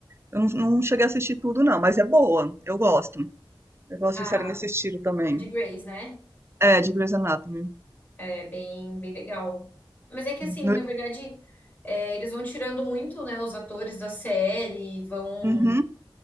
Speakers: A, on the right; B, on the left.
A: Eu não, não cheguei a assistir tudo, não, mas é boa. Eu gosto. Eu gosto
B: A,
A: de série nesse estilo também.
B: a de Grace, né?
A: É, de Grey's Anatomy.
B: É bem, bem legal. Mas é que assim,
A: No-
B: na verdade, é, eles vão tirando muito, né, os atores da série, vão...
A: Uhum.